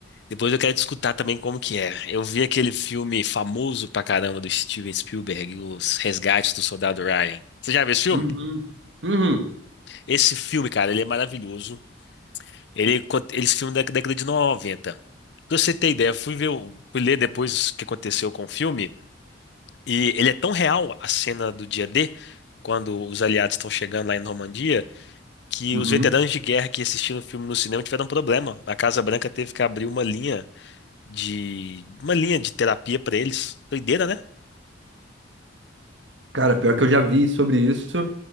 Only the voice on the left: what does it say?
Depois eu quero te escutar também como que é. Eu vi aquele filme famoso pra caramba do Steven Spielberg, Os Resgates do Soldado Ryan. Você já viu esse filme?
Esse filme, cara, ele é maravilhoso. Ele, cont- esse filme é da década de 90. Pra você ter ideia, eu fui ver, o- fui ler depois o que aconteceu com o filme. E ele é tão real, a cena do dia D, quando os aliados estão chegando lá em Normandia, que
os veteranos de guerra que assistiram o filme no cinema tiveram um problema. A Casa Branca teve que abrir uma linha de uma linha de terapia para eles. Doideira, né?